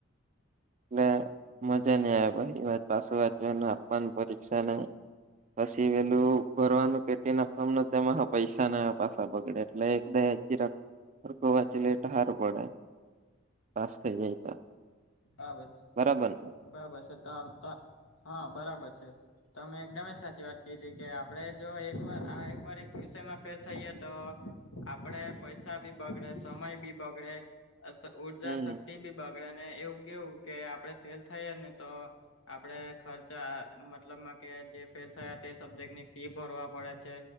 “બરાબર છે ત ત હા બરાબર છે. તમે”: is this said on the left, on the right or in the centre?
Left